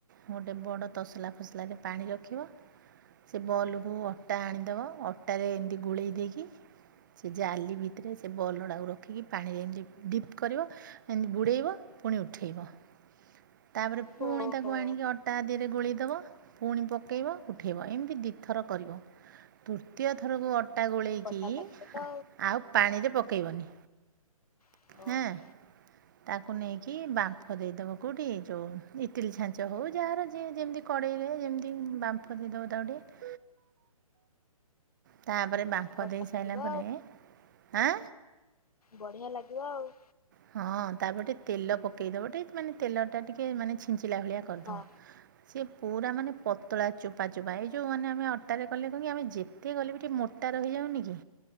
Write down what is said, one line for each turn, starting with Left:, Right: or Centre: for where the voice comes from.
Right: ଗୋଟେ ବଡ଼ ତସଲା ଫସଲାରେ ପାଣି ରଖିବ ସେ ବଲକୁ ଅଟା ଆଣିଦେବ ଅଟାରେ ଏମିତି ଗୋଳେଇ ଦେଇକି ସେ ଜାଲି ଭିତରେ ସେ ବଲଡ଼ାକୁ ରଖିକି ପାଣିରେ ଏମିତି ଡିପ୍ କରିବ ଏମିତି ବୁଡେଇବ ଫୁଣି ଉଠେଇବ। ତାପରେ ପୁଣି
Left: ଓହୋ
Right: ତାକୁ ଆଣିକି ଅଟା ଦବ ପୁଣି ପକେଇବ ଉଠେଇ ଏମିତି ଦିଥର କରିବ ତୃତୀୟ ଥରକୁ ଅଟା ଗୋଳେଇକି
Left: ବଢିଆ ଲାଗିବ ତ
Right: ଆଉ ପାଣିରେ ପକେଇବନି।
Left: ଆଉ।
Right: ହେଁ। ତାକୁ ନେଇକି ବାମ୍ଫ ଦେଇଦବ କୋଉଠି ଯୋଉ ଇଟିଲ ଛାଞ୍ଚ ହଉ ଯାହାର ଯିଏ ଯେମିତି କଡ଼େଇରେ ଯେମିତି ବାମ୍ଫ ଦେଇଦବ ତାକୁ ଟିକେ ତାପରେ ବାମ୍ପ
Left: ଓହୋ
Right: ଦେଇ ସାରିଲା
Left: ବଢିଆ ଲାଗିବ
Right: ପରେ ଆଁ
Left: ବଢ଼ିଆ ଲାଗିବ ଆଉ।
Right: ହଁ ତାପରେ ଟିକେ ତେଲ ପକେଇଦବ ଟିକେ ମାନେ ତେଲ ଟା ଟିକେ ମାନେ ଛିଞ୍ଚିଲା ଭଳିଆ କରିଦବ।
Left: ହଁ
Right: ସେ ପୁରା ମାନେ ପତଳା ଚୋପା ଚୋପା ଏଇ ଯୋଉ ମାନେ ଆମେ ଅଟାରେ କଲେ କଣକି ଆମେ ଯେ ଟିକେ କଲେ ବି ଟିକେ ମୋଟା ରହିଯାଉନି କି।